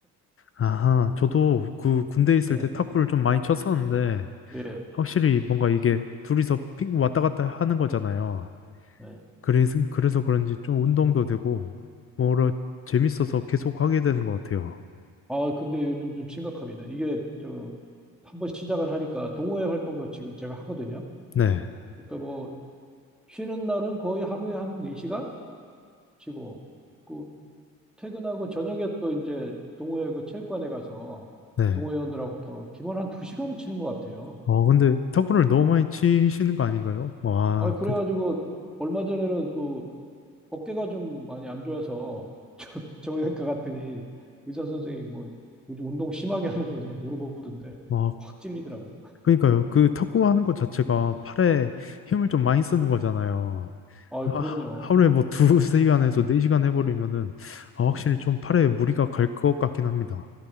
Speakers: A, on the left; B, in the centre.
A: 아하, 저도 그 군대에 있을
B: 예,
A: 때 탁구를 좀 많이 쳤었는데,
B: 예,
A: 확실히 뭔가 이게 둘이서 핑 왔다 갔다 하는 거잖아요.
B: 예.
A: 그래서, 그래서 그런지 좀 운동도 되고, 뭐라 재밌어서 계속 하게 되는 것 같아요.
B: 아 근데 요즘 좀 심각합니다. 이게 저 한번 시작을 하니까 동호회 활동도 지금 제가 하거든요.
A: 네,
B: 그러니까 뭐 쉬는 날은 거의 하루에 한 4시간 치고 그 퇴근하고 저녁에 또 이제 동호회 그 체육관에 가서
A: 네.
B: 동호회원들하고 또 기본 한 2시간은 치는 것 같아요.
A: 어, 근데 탁구를 너무 많이 치시는 거 아닌가요? 와,
B: 아, 그래가지고
A: 그,
B: 얼마 전에는 그 어깨가 좀 많이 안 좋아서 <laughs> 저- 정형외과 갔더니 의사 선생님이 뭐 요즘 운동 심하게 하는 거 있냐 물어보던데
A: 와,
B: 확 찔리더라고요.
A: 그러니까요. 그 탁구 하는 것 자체가 팔에 힘을 좀 많이 쓰는 거잖아요.
B: 아,
A: 하-
B: 그럼요.
A: 하루에 뭐 두세 <laughs> 시간에서 네 시간 해버리면은 아, 확실히
B: 아,
A: 좀 팔에 무리가 갈 것 같긴 합니다.